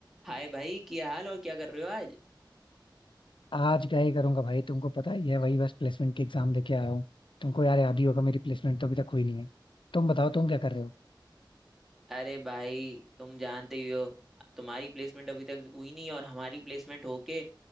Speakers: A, in the centre; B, on the left.
A: हाय भाई क्या हाल और क्या कर रहे हो आज
B: आज क्या ही करूंगा भाई तुमको पता ही है वही बस प्लेसमेंट की एग्जाम देके आया हूँ तुमको यार याद ही होगा मेरी प्लेसमेंट तो अभी तक हुई नहीं है तुम बताओ तुम क्या कर रहे हो
A: अरे भाई तुम जानते ही हो तुम्हारी प्लेसमेंट अभी तक हुई नहीं और हमारी प्लेसमेंट होके